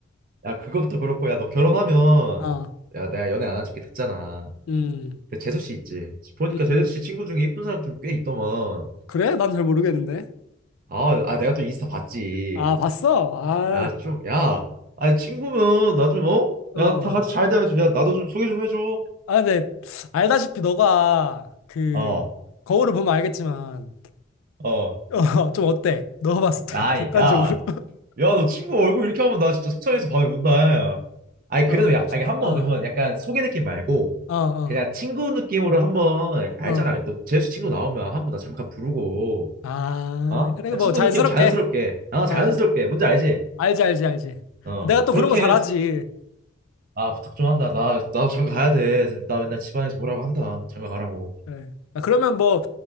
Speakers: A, on the right; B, on the left.
A: 야, 그것도 그렇고 야, 너 결혼하면
B: 아,
A: 야, 내가 연애 안 한 지 꽤 됐잖아.
B: 음,
A: 그 재수 씨 있지? 보니까
B: 음.
A: 재수 씨 친구 중에 이쁜 사람 좀 꽤 있더만.
B: 그래? 난 잘 모르겠는데.
A: 아, 아, 내가 또 인스타 봤지.
B: 아, 봤어?
A: 야,
B: 아,
A: 좀, 야. 아니, 친구면 나 좀, 어?
B: 어.
A: 야, 다 같이 잘 돼야지. 야, 나도 좀 소개 좀 해줘.
B: 아, 근데, 알다시피 너가, 그,
A: 어,
B: 거울을 보면 알겠지만,
A: 어.
B: <laughs> 어, 좀 어때? 너가 봤을 때,
A: 야,
B: <laughs> 객관적으로.
A: 이 야. 야,
B: <laughs>
A: 너 친구 얼굴 이렇게 하면 나 진짜 속상해서 밤에 운다. 아니,
B: 어,
A: 그래도 야, 아니, 한번
B: 어,
A: 그러면 약간 소개 느낌 말고
B: 어, 어.
A: 그냥 친구 느낌으로 한번 알잖아.
B: 어.
A: 너 재수 친구 나오면 한 번 나 잠깐 부르고,
B: 아,
A: 어?
B: 그래,
A: 야,
B: 뭐,
A: 친구
B: 자연스럽게.
A: 느낌 자연스럽게, 어, 자연스럽게.
B: 아,
A: 뭔지 알지?
B: 알지, 알지, 알지.
A: 어,
B: 내가 또
A: 그렇게,
B: 그런 거 잘하지.
A: 아, 부탁 좀 한다. 나, 나도 장가 가야 돼. 나 맨날 집안에서 뭐라고 한다. 장가 가라고.
B: 그래. 아, 그러면 뭐,